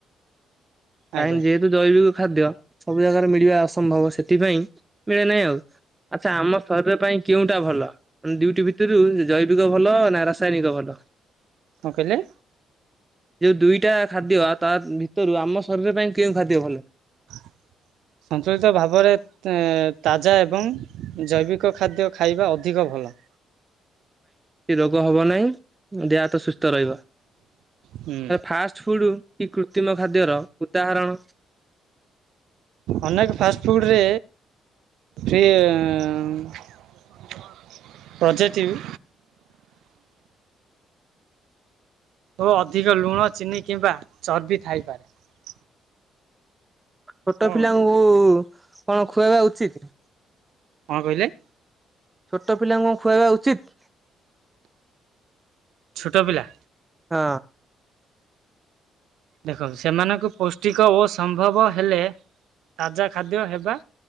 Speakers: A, on the right (about 85°); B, on the right (about 15°).
A: ଆଜ୍ଞା
B: ଟାଇମ ଯେହେତୁ ଜୈବୁ <unintelligible> ଖାଦ୍ୟ ସବୁ ଜାଗାରେ ମିଳିବା ଅସମ୍ଭବ ସେଥିପାଇଁ ମିଳେ ନାହିଁ ଆଉ ଆଚ୍ଛା ଆମ ଶରୀର ପାଇଁ କେଉଁଟା ଭଲ ଦୁଇ ଟି ଭିତରୁ ଜୈବିକ ଭଲ ନା ରାସାୟନିକ ଭଲ।
A: କଣ କହିଲେ?
B: ଯଉ ଦୁଇଟା ଖାଦ୍ୟ ତା ଭିତରୁ ଆମ ଶରୀର ପାଇଁ କେଉଁ ଖାଦ୍ୟ ଭଲ?
A: <inaudible> ସନ୍ତୁଳିତ ଭାବରେ ଉଁ ତାଜା ଏବଂ ଜୈବିକ ଖାଦ୍ୟ ଖାଇବା ଅଧିକ ଭଲ
B: କି ରୋଗ ହବ ନାଇଁ ଦେହ ହାତ ସୁସ୍ଥ ତ ରହିବ
A: ହୁଁ।
B: ଫାଷ୍ଟ ଫୁଡ଼ କି କୃତ୍ରିମ ଖାଦ୍ୟର ଉଦାହରଣ।
A: ଅନେକ ପାଷ୍ଟଫୁଡ଼ରେ ଫ୍ରି ଉଁ ପ୍ରଜେଟିଭ ଓ ଅଧିକ ଲୁଣ ଚିନି କିମ୍ବା ଚର୍ବି ଥାଇପାରେ।
B: ଛୋଟ
A: କଣ
B: ପିଲାଙ୍କୁ
A: ଦେଖ
B: କଣ ଖୁଆଇବା ଉଚିତ!
A: କଣ କହିଲେ?
B: ଛୋଟ ପିଲାଙ୍କୁ କଣ ଖୁଆଇବା ଉଚିତ!
A: ଛୋଟ ପିଲା।
B: ହଁ।
A: ଦେଖ ସେମାନଙ୍କୁ ପୁଷ୍ଟିକ ଓ ସମ୍ଭବ ହେଲେ ତାଜା ଖାଦ୍ୟ ହେବା